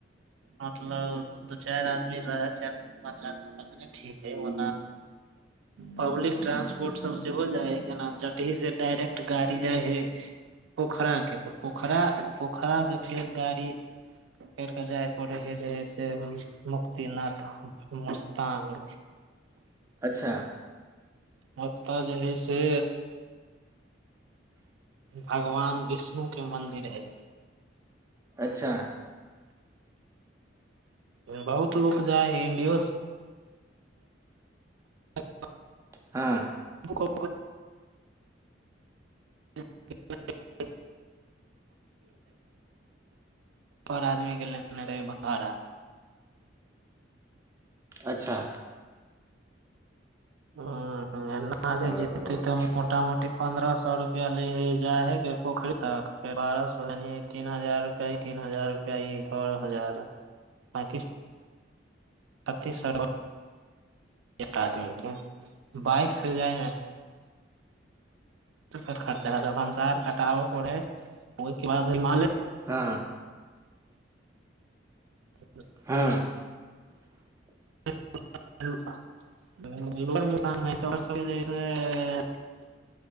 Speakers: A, on the right; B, on the right.
A: मतलब दू चाइर आदमी रहै चार पाँच आदमी ठीक ह ओ पब्लिक ट्रांसपोर्ट सब सेहो जाइ हइ जेना जटही से डायरेक्ट गाड़ी जाइ हइ पोखराके तऽ पोखरा पोखरासँ फेर गाड़ी कर कऽ जाय पड़े हय जे हइ से मुक्तिनाथ मुस्तांग
B: ह अच्छा
A: मता जे हइ से भगवान विष्णु के मंन्दिर है
B: अच्छा
A: बहुत लोक जाय है इंडियो से ह
B: हँ
A: को ह आदमीके लेने रहै भाड़ा
B: अच्छा
A: ह नहि
B: हँ
A: जेत तऽ मोट मोटी पंन्द्रह सए रुपआ ले हे जा हे के पोखरी तक बारह सए य तीन हजार रुपआ तीन हजार पन्द्रह हजार पैंतिस कतै सरव एक आदमीके बाइक से जाइ मे खर्चा ह भनसार कटाबऽ पड़े ह ओहिके बाद हिमालय
B: हँ
A: <unintelligible>
B: हँ <inaudible>
A: <inaudible>